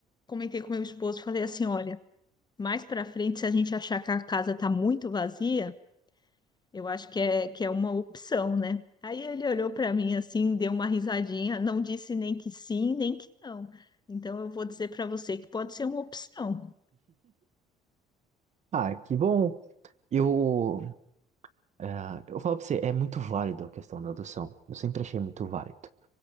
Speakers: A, on the left (about 25°); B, on the right (about 45°).
A: comentei com meu esposo, falei assim, olha, mais para frente, se a gente achar que a casa tá muito vazia, eu acho que é, que é uma opção, né? Aí ele olhou para mim assim, deu uma risadinha, não disse nem que sim, nem que não. Então eu vou dizer para você que pode ser uma opção.
B: Ah, que bom. Eu, Ah, eu falo pra você, é muito válido a questão da adoção. Eu sempre achei muito válido.